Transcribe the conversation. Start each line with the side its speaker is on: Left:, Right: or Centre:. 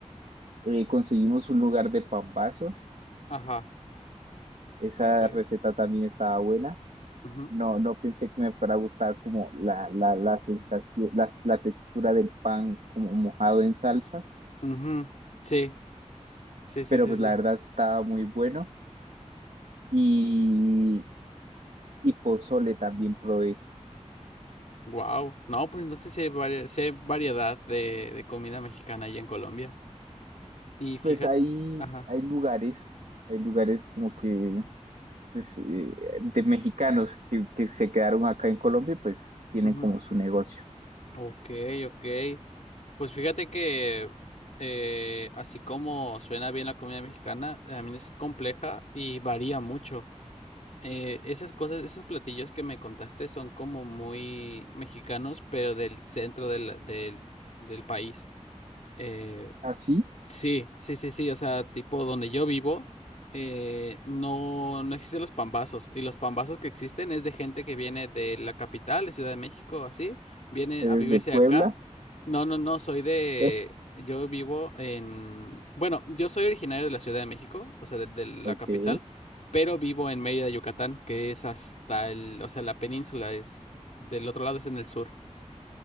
Right: eh, conseguimos un lugar de pambazos,
Left: Ajá,
Right: esa
Left: ok.
Right: receta también estaba buena.
Left: ujú,
Right: No, no pensé que me fuera a gustar como la, la, la sensación, la, la textura del pan como mojado en salsa,
Left: ujú. Sí, sí, sí,
Right: pero
Left: sí,
Right: pues
Left: sí.
Right: la verdad estaba muy bueno. Y, y pozole también probé.
Left: Wow. No, pues entonces sí hay, varia- sí hay variedad de, de comida mexicana allá en Colombia. Y fíjate,
Right: Pues hay,
Left: ajá.
Right: hay lugares, hay lugares como que pues, eh, de mexicanos que, que se quedaron acá en Colombia y pues tienen
Left: Ujú.
Right: como su negocio.
Left: Ok, ok. Pues fíjate que eh, así como suena bien la comida mexicana, también es compleja y varía mucho. Eh, esas cosas, esos platillos que me contaste son como muy mexicanos, pero del centro del, del, del país. eh,
Right: ¿Así?
Left: Sí, sí, sí, sí, o sea, tipo donde yo vivo, eh, no, no existen los pambazos, y los pambazos que existen es de gente que viene de la capital, de Ciudad de México, así, vienen
Right: ¿Eres
Left: a vivirse
Right: de Puebla?
Left: acá. No, no, no, soy de,
Right: <laughs>
Left: yo vivo en, bueno, yo soy originario de la Ciudad de México, o sea, de, de la
Right: Ok,
Left: capital, pero vivo en Mérida, Yucatán, que es hasta el, o sea, la península es del otro lado, es en el sur.